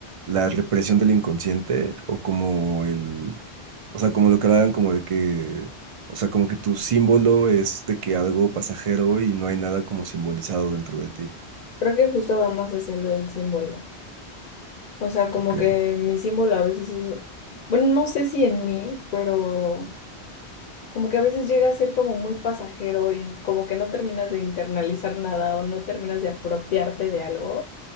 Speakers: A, on the right; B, on the left.
A: la represión del inconsciente o como el, o sea, como lo que hablaban como de que, o sea, como que tu símbolo es de que algo pasajero y no hay nada como simbolizado dentro de ti.
B: Creo que justo va más hacia lo del símbolo. O sea, como
A: Ok.
B: que mi símbolo a veces es, bueno, no sé si en mí, pero como que a veces llega a ser como muy pasajero y como que no terminas de internalizar nada o no terminas de apropiarte de algo